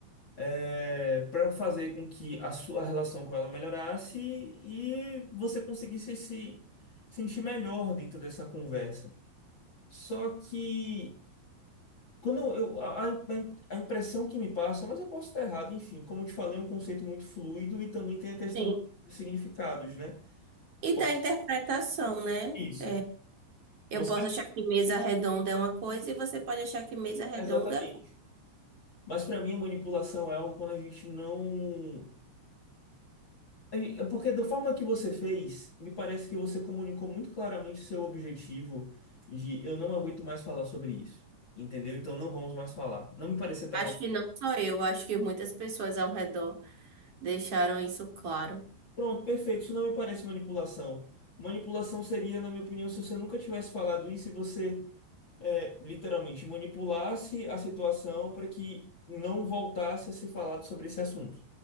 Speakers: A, on the left; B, on the right.
A: É, para fazer com que a sua relação com ela melhorasse e você conseguisse se sentir melhor dentro dessa conversa. Só que Quando eu, eu- a, a- a impressão que me passa, mas eu posso estar errado, enfim, como eu te falei, é um conceito muito fluido e também tem a questão
B: Sim.
A: dos significados, né?
B: E
A: Pode
B: da interpretação,
A: ser
B: né?
A: isso.
B: É, eu
A: Você,
B: posso achar que mesa redonda é uma coisa e você pode achar que mesa redonda
A: exatamente. Mas para mim, a manipulação é algo quando a gente não. É Porque da forma que você fez, me parece que você comunicou muito claramente o seu objetivo de eu não aguento mais falar sobre isso. Entendeu? Então não vamos mais falar. Não me parecia que
B: Acho
A: estava
B: que não só eu, acho que muitas pessoas ao redor deixaram isso claro.
A: Pronto, perfeito. Isso não me parece manipulação. Manipulação seria, na minha opinião, se você nunca tivesse falado isso e você é, literalmente manipulasse a situação para que não voltasse a ser falado sobre esse assunto.